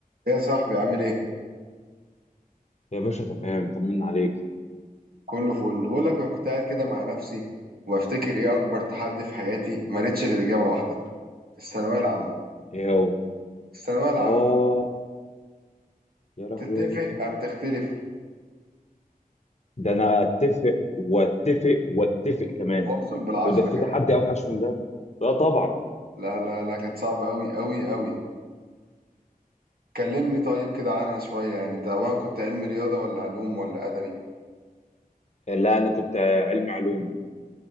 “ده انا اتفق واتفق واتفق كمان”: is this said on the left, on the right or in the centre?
Left